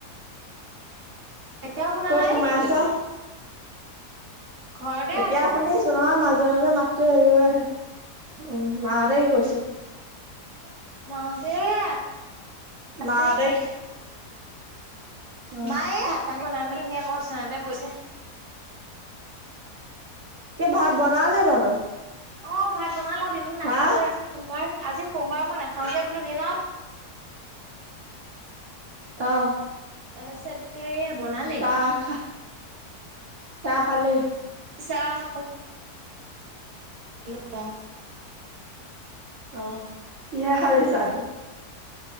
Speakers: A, on the right; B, on the right.
A: এতিয়াও শুনা
B: ক'ত
A: নাই
B: সোমাই
A: নেকি?
B: আছ
A: ঘৰতে
B: এতিয়া
A: আছো
B: শুনিছো। নহয় মাজে, মাজে মাতটো হেৰি হৈ আহে উম, মাহঁতে কি কৰিছে?
A: হেল্ল মা হতে <unintelligible> আছেই।
B: মাহঁতে কি অ
A: মায়ে হাত পানী বনাই মেলিইনেই আকৌ আকৌ বিছনাতে পৰিছে।
B: কি ভাত বনালে তহঁতৰ?
A: অঁ ভাত বনালে মই দিনত নাখাও
B: হা
A: যে। আজি সোমবাৰ, ‌। আজি সোমবাৰ মই নাখাও যে বোলো দিনত
B: অহ।
A: ইয়াত আছে তেতিয়া এয়া বনালেই
B: চাহ খা চাহ খালি
A: চাহ আকৌ অ
B: অ কিহে খালি চাহটো